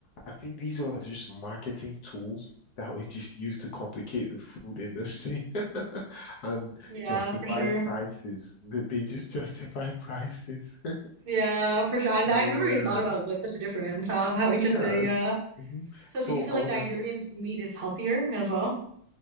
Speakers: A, on the left; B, on the right.
A: I think these are just marketing tools that we just use to complicate the food industry <laughs> and
B: Yeah,
A: justify
B: for sure.
A: prices. They they just justify prices. <laughs>
B: Yeah, for sure. And
A: Yeah,
B: I've never even thought about what such a difference. How how interesting.
A: yeah.
B: Yeah.
A: mhm.
B: So
A: So
B: do you feel
A: I
B: like
A: when
B: Nigerian
A: I
B: f- meat is healthier as well?